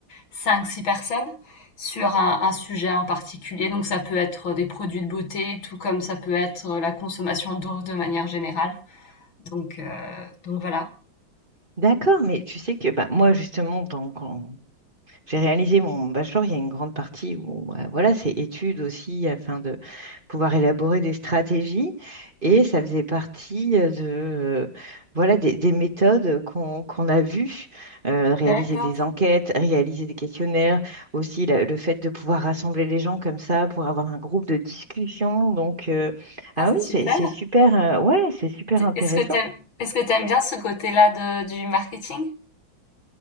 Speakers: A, on the left (about 75°); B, on the right (about 25°).
A: 5-6 personnes sur un un sujet en particulier. Donc ça peut être des produits de beauté, tout comme ça peut être la consommation d'eau de manière générale. Donc heu, donc voilà.
B: D'accord, mais tu sais que bah, moi, justement, dans, quand, j'ai réalisé mon bachelor, il y a une grande partie où euh, voilà, c'est études aussi afin de pouvoir élaborer des stratégies et ça faisait partie euh, de euh, voilà des, des méthodes qu'on qu'on a vues, euh, réaliser
A: D'accord.
B: des enquêtes, réaliser des questionnaires, aussi la- le fait de pouvoir rassembler les gens comme ça pour avoir un groupe de discussion. Donc euh, ah
A: Ah, c'est
B: oui,
A: super.
B: c'est c'est super euh, ouais, c'est super
A: Tu
B: intéressant.
A: est-ce que t'aimes, est-ce que t'aimes bien ce côté-là de du marketing?